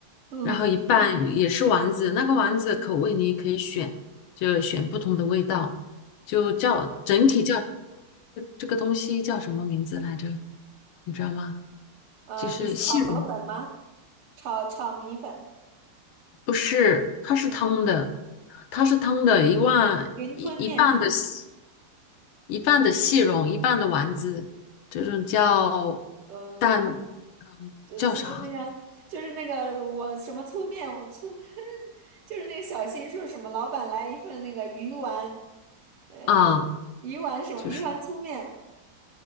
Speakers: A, on the right; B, on the left.
A: 嗯
B: 然后一半嗯也是丸子，那个丸子口味你可以选，就选不同的味道，就叫整体
A: 嗯，
B: 这个东西叫什么名字来着？你知道吗？
A: 呃，
B: 就是细蓉。
A: 你是炒河粉吗？炒炒米粉。
B: 不是，它是汤的，
A: 嗯。
B: 它是汤的，一万一一半的细
A: 云吞面，
B: 一半的细蓉，一半的丸子，这种叫
A: 嗯，
B: 蛋
A: 就就是那个，
B: 叫啥
A: 就是那个我什么粗面，我粗，<laughs> 就是那个小新说什么老板来一份那个鱼丸，呃，
B: 啊？
A: 鱼丸什么鱼丸粗面，
B: 就是